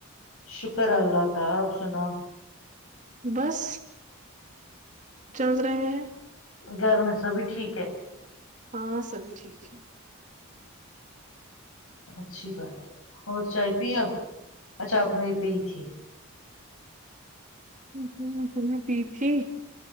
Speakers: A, on the left; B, on the right.
A: شکر اللہ کا آپ سناؤ
B: بس چل رہے ہیں
A: گھر میں سبھی ٹھیک ہے
B: ہاں سبب بھی ٹھیک ہے
A: اچھی بات ہے اور چائے پی اب اچھا اپپ نے یہ پی تھی
B: ہ ہ ت نے پی تھی